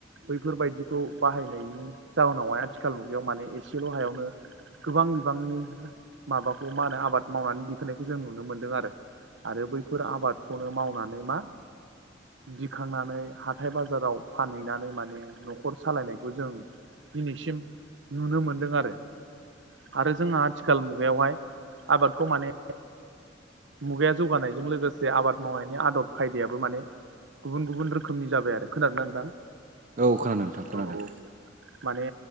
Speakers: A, on the right (about 70°); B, on the right (about 45°).
A: बैफोरबायदिखौ बाहायनायनि जाउनावहाय आथिखाल मुगायाव माने एसेल' हायावनो गोबां बिबांनि माबाखौ मा होनो आबाद मावनानै दिखोनायखौ जों नुनो मोनदों आरो आरो बैफोर आबादखौनो मावनानै मा दिखांनानै हाथाइ बाजाराव फानहैनानै माने न'खर सालायनायखौ जों दिनैसिम नुनो मोनदों आरो आरो जोंहा आथिखाल मुगायावहाय आबादखौ माने मुगाया जौगानायजों लोगोसे आबाद मावनायनि आदब खायदायाबो माने गुबुन गुबुन रोखोमनि जाबाय आरो खोनादोंना नोंथां
B: औ खोनादों नोंथां खोनादों
A: औ औ माने